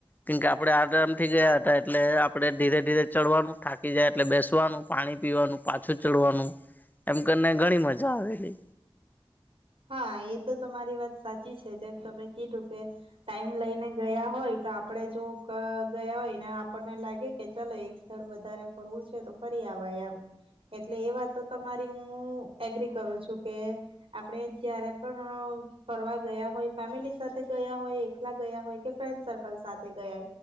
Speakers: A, on the left; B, on the right.
A: કેમકે આપડે આરામથી ગયા હતા એટલે આપણે ધીરે ધીરે ચડવાનું થાકી જાય એટલે બેસવાનું, પાણી પીવાનું, પાછું ચડવાનું એમ કરીને ઘણી મજા આવેલી.
B: હા એ તો તમારી વાત સાચી છે જેમ તમે કીધું કે ટાઈમ લઈને ગયા હોય તો આપડે જો ગ ગયા હોય ને આ આપણને લાગે કે ચાલો એક સ્થળ વધારે ફરવું છે તો ફરી આવા એમ એટલે એ વાત તો તમારી હું એગ્રી કરું છું કે આપડે જયારે પણ ફરવા ગયા હોય ફેમિલી સાથે ગયા હોય એકલા ગયા હોય કે ફ્રેન્ડ સર્કલ સાથે ગયા હોય